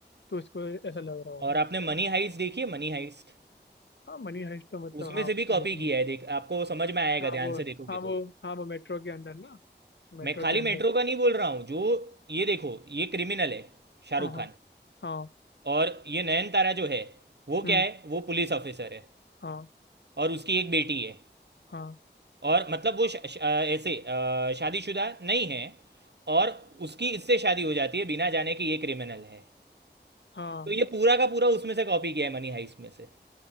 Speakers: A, on the left (about 80°); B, on the right (about 65°).
A: तो उसको ऐसा लग रहा होगा
B: और आपने मनी हाइस्ट देखी है मनी हाइस्ट
A: हाँ मनी हाइस्ट तो मतलब
B: उसमें
A: हाँ
B: से भी कॉपी
A: देखिए
B: किया है देख आपको समझ में आएगा
A: हाँ
B: ध्यान
A: वो
B: से देखोगे
A: हाँ
B: तो
A: वो हाँ वो मेट्रो के अंदर ना मेट्रो
B: मैं खाली
A: के अंदर
B: मेट्रो का नहीं बोल रहा हूँ जो ये देखो ये क्रिमिनल है शाहरुख
A: हाँ हाँ
B: खान
A: हाँ
B: और ये नयनतारा जो है वो
A: हम्म
B: क्या है वो पुलिस ऑफिसर है
A: हाँ
B: और उसकी एक बेटी है
A: हाँ
B: और मतलब वो श- श- अ, ऐसे अ, शादीशुदा नहीं है और उसकी इससे शादी हो जाती है बिना जाने कि ये क्रिमिनल है
A: हाँ
B: तो ये पूरा का पूरा उसमें से कॉपी किया है मनी हाइस्ट में से